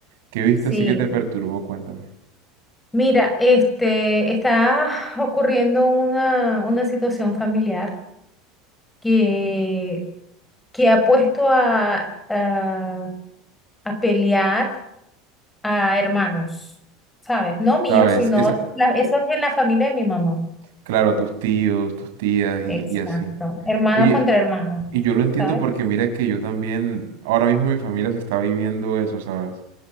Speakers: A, on the right; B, in the centre.
A: ¿Qué viste
B: sí.
A: así que te perturbó? Cuéntame.
B: Mira, este, está ocurriendo una, una situación familiar que, que ha puesto a, a, a pelear a hermanos, ¿sabes? No míos,
A: ¿Sabes?
B: sino
A: Esa,
B: la- eso es en la familia de mi mamá.
A: Claro, a tus tíos, tus tías y,
B: Exacto.
A: y así.
B: Hermanos
A: Oye,
B: contra hermanos,
A: y yo lo entiendo
B: ¿sabes?
A: porque mira que yo también, ahora mismo mi familia se está viviendo eso, ¿sabes?